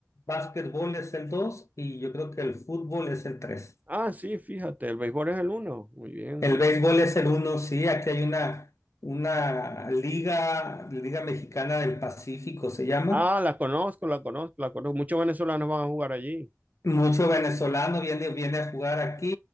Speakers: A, on the left; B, on the right.
A: básquetbol es el 2 y yo creo que el fútbol es el 3.
B: Ah, sí, fíjate, el béisbol es el uno. Muy bien.
A: El béisbol es el uno, sí, aquí hay una, una liga, Liga Mexicana del Pacífico se llama.
B: Ah, la conozco, la conozco, la conozco. Muchos venezolanos van a jugar allí.
A: Mucho venezolano viene, viene a jugar aquí